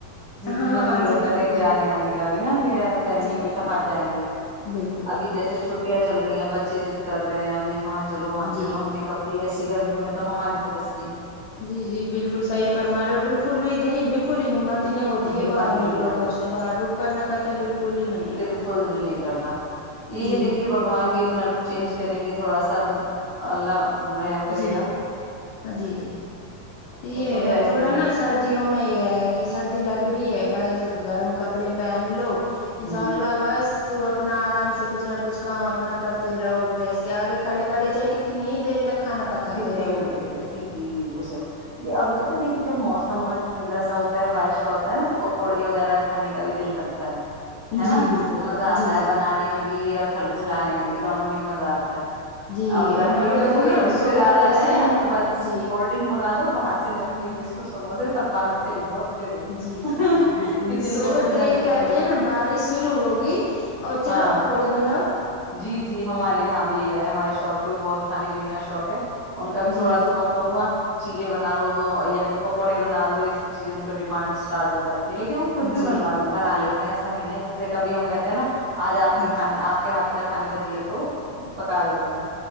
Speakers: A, on the left; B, on the right.
A: ہاں
B: من نہیں کرتا
A: جی بالکل
B: کہیں جانے آنے کا بھی نا یار گرمی
A: جی
B: میں
A: بالکل
B: کہاں جائیں گے
A: بالکل بالکل
B: ابھی جیسے چھٹیاں چل رہی ہیں بچ چ کر رہے ہیں ہم یہاں چلو ہاں
A: جی
B: چلو ہم نے کہاائی ایس گرمی میں تو ہماری تو پس
A: جی جی بالکل صحی پرمارے بالکل بھی یہی بالکل ہمت ہی نہیں ہوتی کہ
B: ہمت
A: باہر
B: ہی
A: نکلو
B: نہیں پڑی
A: گھر سے باہر رک کرنا کا تو بالکل ہی من نہیں
B: بالکل
A: کرتا
B: دل نہیں کر رہا یہی
A: جی
B: ہے دیکھیے بھگوان بھی اپنا رخ چینج کریں گے تھوڑا سا اللہ رحم کرے
A: جی
B: گا
A: ج ہاں جی جی
B: تو
A: یہ
B: ہو جائے گا
A: تھوڑا
B: تین
A: نا سردیوں میں یہ ہے کہ سردی لگ ہو ہے بس گرم کپڑے پہن لو انشاء
B: جی
A: اللہ بس اپنا آرام سے کچھ نہ کچھ کام اپنا کرتے رہو گیس کے آگے کھڑے کھڑے چ کتنی دیر تک کھانا پکاتے
B: کتنی
A: رہو
B: کی دیتے جی جی جی وہ ص اور پت دیکے جب موسم اگر ٹھنڈا سا ہوتا ہے بارش کا ہوتا ہے نا تو پکوڑے وغیرہ کھانے کا بھی دل کرتا ہے ہے نا
A: جی بالکل
B: مزہ آتا
A: جی
B: ہے
A: جی
B: بنانے میں بھی اورل کھلانے میں بھی دونوں میں بھی مزہ آتا ہے
A: جی
B: اور گرمیوں
A: ہمارے
B: میں
A: تو
B: کوئی
A: نا شوہر
B: ر دار آ
A: ایسے
B: جائے نا
A: ہیں
B: تو بس
A: جی
B: کولڈ ڈرنک منگا باہر سے نمکین بسکٹ سموسے سب باہر سے لے اور دے دو
A: جی جی جی بالکل
B: کچن
A: شور
B: کا کچھ نہ
A: تو یہ
B: کرنا
A: کہتے
B: پڑے
A: ہیں نا بارش شروع ہوگی اور چلو
B: ہاں
A: پکوڑے بناؤ
B: جی جی ہمارے یہاں بھی یہی حال ہے ہمارے شہر کو بھی بہت کھے پینے کا شوق ہے ان کا بھی تھوڑا
A: جی
B: سا موسم ہوا چیلے بنا لو یا پھر پکوڑے بنا لو یہ سب چیزیں ان کا ڈیمانڈ اسٹارٹ ہو جاتی لیکن وہ خود بھی
A: جی
B: بنو بنا لیتے ایسا نہیں ہے جیسے کبھی ہم کہتے ہیں نا آج آپ
A: ہاں
B: کے کھانے
A: جی
B: آپ کے ہاتھ کھانے کا دل تو پکا دیتے ہیں